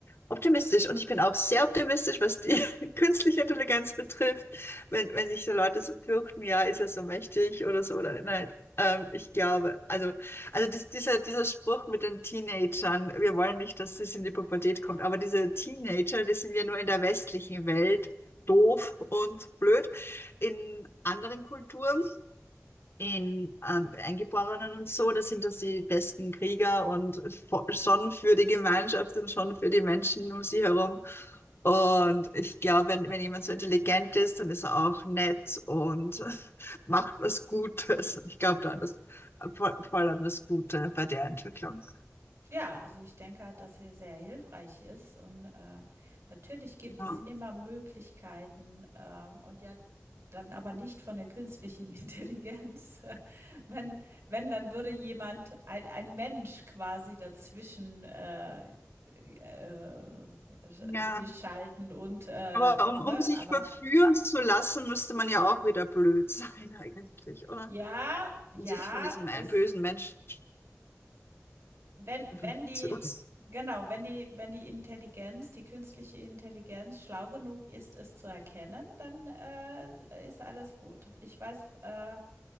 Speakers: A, on the left; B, on the right.
A: optimistisch. Und ich bin auch sehr optimistisch, was die <laughs> künstliche Intelligenz betrifft. Wenn, wenn sich so Leute so fürchten, ja, ist ja so mächtig oder so, oder nein. Ähm, ich glaube, also, also dies, dieser, dieser Spruch mit den Teenagern, wir wollen nicht, dass das in die Pubertät kommt, aber diese Teenager, die sind ja nur in der westlichen Welt doof und blöd. In anderen Kulturen in ähm, Eingeborenen und so, da sind das die besten Krieger und vo- schon für die Gemeinschaft und schon für die Menschen um sie herum. Und ich glaube, wenn, wenn jemand so intelligent ist, dann ist er auch nett und <laughs> macht was Gutes. Ich glaube da an das, voll, voll an das Gute bei der Entwicklung.
B: Ja, also ich denke halt, dass er sehr hilfreich ist und, äh, natürlich gibt
A: Ja.
B: es immer Möglichkeiten, ähm, und ja, dann aber nicht von der künstlichen <laughs> Intelligenz. Wenn wenn, dann würde jemand ein ein Mensch quasi dazwischen, äh, äh, sch
A: Ja,
B: sich schalten und, äh,
A: aber
B: ne,
A: um, um sich
B: aber
A: verführen zu lassen, müsste man ja auch wieder blöd sein <laughs> eigentlich, oder?
B: ja, ja,
A: Um sich von diesem ein-
B: es
A: bösen Menschen
B: Wenn wenn
A: verführen
B: die
A: zu lassen.
B: genau, wenn die wenn die Intelligenz, die künstliche Intelligenz schlau genug ist, es zu erkennen, dann, äh, ist alles gut. Ich weiß, äh,